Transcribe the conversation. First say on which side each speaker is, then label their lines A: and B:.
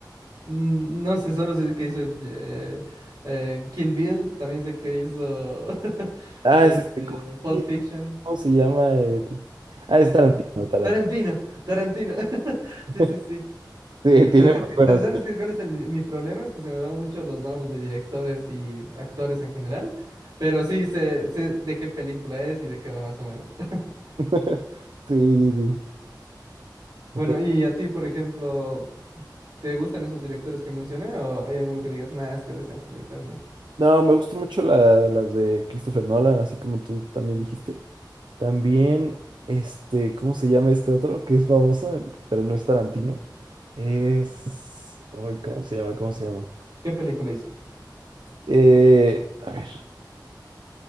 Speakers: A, on the right; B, on the right.
A: Mm, No sé, solo sé que hizo eh, eh, Kill Bill, también sé que hizo <laughs>
B: Ah,
A: este,
B: es este, ¿cómo,
A: Pulp Fiction.
B: cómo se llama el...? Ah, es
A: Ah,
B: Tarantino, Tarantino.
A: Tarantino, Tarantino. <laughs>
B: <laughs>
A: Sí, sí, sí.
B: Sí, tiene
A: Se- es
B: muy
A: que, ¿Sabes
B: buenas.
A: sabes qué- cuál es el- mi mi problema? Es que se me van mucho los nombres de directores y actores en general, pero sí sé, sé de qué película es y de qué va más o menos. <laughs>
B: películas. <laughs> Sí, sí,
A: Bueno,
B: sí.
A: y a ti, por ejemplo, ¿te gustan esos directores que mencioné o hay alguno que digas, nada, es que de ese director, ne".
B: No, me gustan mucho la- las de Christopher Nolan, así como tú también dijiste. También, este, ¿cómo se llama este otro? Que es famoso, en- pero no es Tarantino. Es... Ay, ¿cómo se llama? ¿Cómo se llama?
A: ¿Qué película hizo?
B: Eh, a ver,